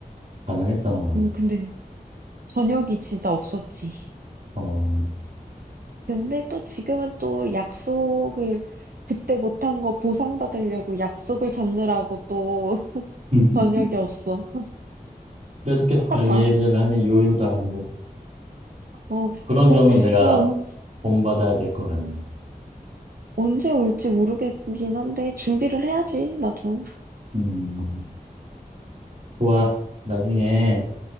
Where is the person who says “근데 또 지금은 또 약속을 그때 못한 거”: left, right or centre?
Right